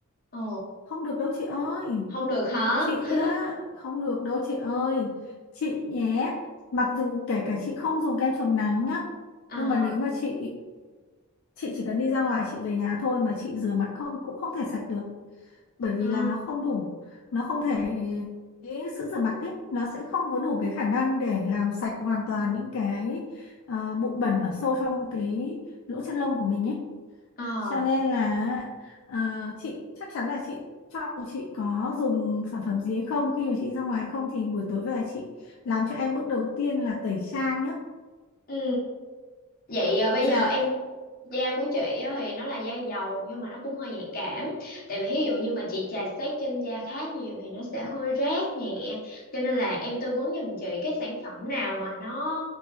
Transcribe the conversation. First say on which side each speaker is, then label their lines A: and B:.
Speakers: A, on the left; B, on the left.
A: ờ
B: không được đâu chị ơi.
A: không được hả
B: Chị
A: <laughs>
B: á, không được đâu chị ơi. Chị nhé, mặc dù kể cả chị không dùng kem chống nắng nhá,
A: ờ
B: nhưng mà nếu mà chị chị chỉ cần đi ra ngoài chị về nhà thôi mà chị rửa mặt không cũng không thể sạch được. bởi vì
A: ờ
B: là nó không đủ nó không thể cái sữa rửa mặt ấy nó sẽ không có đủ cái khả năng để làm sạch hoàn toàn những cái ờ, bụi bẩn ở sâu trong cái lỗ chân lông của mình ấy
A: ờ
B: cho nên là ờ, chị chắc chắn là chị cho dù chị có dùng sản phẩm gì hay không khi mà chị ra ngoài hay không thì buổi tối về chị làm cho em bước đầu tiên là tẩy trang nhá
A: ừ vậy ờ, bây
B: dạ
A: giờ em Da của chị á thì nó là da dầu nhưng mà nó cũng hơi nhạy cảm tại vì ví dụ như mà chị chà xát trên da khá nhiều thì nó sẽ hơi rát nhẹ cho nên là em tư vấn giùm chị cái sản phẩm nào mà nó